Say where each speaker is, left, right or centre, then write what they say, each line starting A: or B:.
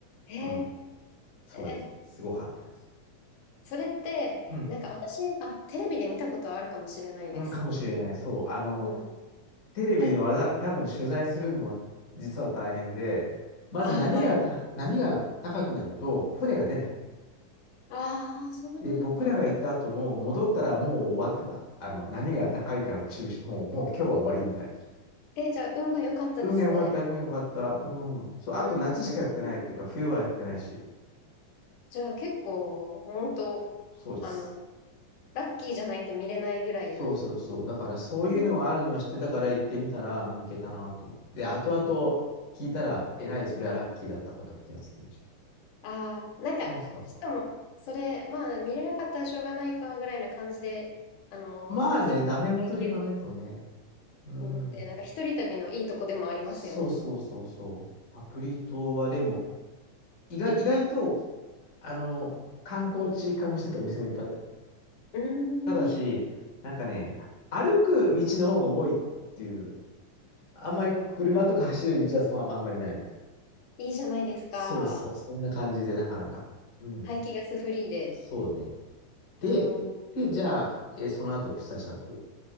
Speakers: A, on the left; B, on the left.
A: へ
B: うん、そうです。
A: ー
B: すごかったです。
A: それって、
B: うん、
A: なんか私、あ、テレビで見たことあるかもしれないです。
B: うん、かもしれない。そう。あの、
A: うん
B: テレビでわざ、
A: はい。
B: 多分取材するのも実は大変で、まず波がた、
A: あ、はい。
B: 波が高くなると船が出ない。
A: ああ、そうなんだ。
B: で、僕らが行った後も戻ったらもう終わってた。あの、波が高いから中止、もう、もう今日は終わりみたいな。
A: え、じゃあ、運が良かったですね。
B: 運が良かった、運が良かった。うん。そう、あと夏しかやってないっていうか、
A: うん。
B: 冬はやってないし。
A: じゃあ、結構、本当あの、
B: そうです。
A: ラッキーじゃないと見れないぐらいな。
B: そうそうそう。だからそういうのがあるのは知ってたから行ってみたら、
A: うん
B: うん、いけたなと思って。で、後々聞いたら、えらい、それはラッキーだったことに気がつきました。
A: ああー、なんか、
B: そうそうそう。
A: しかも、それ、まあ、見れなかったらしょうがないか、ぐらいな感じで、あの、
B: まあね、
A: 気がいける
B: ダメ元でいかないとね。うん。
A: のって、なんか、一人旅のいいとこでもありますよね。
B: そうそうそうそう。カプリ島はでも、意外、意外と、あの、観光地化もしてたお店もいっぱいあったよ。
A: うん、
B: ただし、なんかね、歩く道の方が多いっていう、あんまり車とか走る道はそこはあんまりないみたい。
A: いいじゃないですか。
B: そうそう、そんな感じでなかなか。うん、
A: 排気ガスフリーで。
B: そうね。で、
A: うん、うん、
B: で、じゃあ、えーその後ピサ社と行っ